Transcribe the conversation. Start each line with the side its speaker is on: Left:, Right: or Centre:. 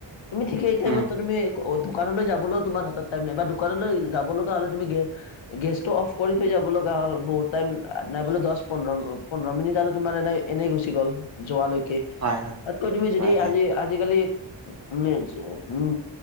Left: তুমি ঠিক সেই টাইমতো
Right: উম
Left: তুমি অত দোকানলৈ যাবলৈ তোমাৰ হাতত টাইম নাই বা দোকানলৈ যাব লগা হ'লে তুমি গে গেছটো অফ কৰি থৈ যাব লগা হ'ল বহুত টাইম নাই বোলো দহ পোন্ধৰ অ' পোন্ধৰ মিনিট আৰু তোমাৰ এনে এনেই গুচি গ'ল যোৱালৈকে
Right: হয় হয়
Left: তাতকৈ তুমি যদি
Right: হয় হয়
Left: আজি আজিকালি মিছ উম